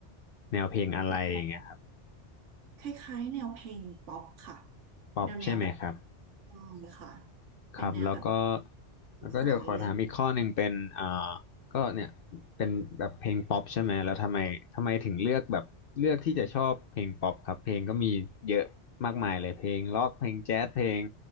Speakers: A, on the left; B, on the right.
A: แนวเพลงอะไรอย่างเงี้ยครับ
B: แล้วคล้ายๆแนวเพลงป๊อปค่ะ
A: ป๊อปใช่ไหมครับ
B: แนวแนวแบบอ่าค่ะ
A: ครับแล้วก็
B: เป็นแนวแบบ
A: แล้วก็เดี๋ยวขอถามอีกข้อหนึ่งเป็นอ่า
B: ใสๆเลย
A: ก็เนี่ยเป็นแบบเพลงป๊อปใช่ไหมแล้วทำไมทำไมถึงเลือกแบบเลือกที่จะชอบเพลงป๊อปครับเพลงก็มีเยอะมากมายเลยเพลงร็อกเพลงแจ๊สเพลง